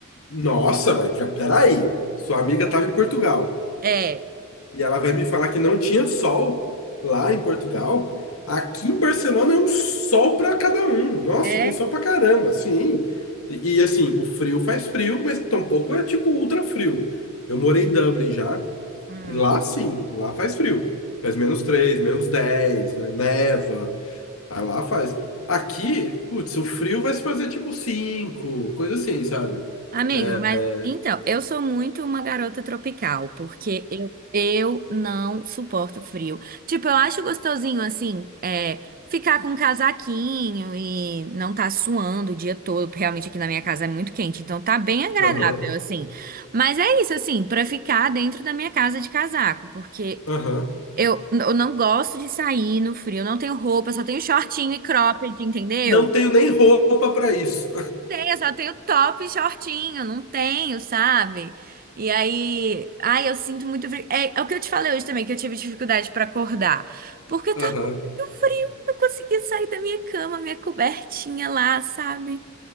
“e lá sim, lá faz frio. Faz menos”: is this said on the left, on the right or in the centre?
Left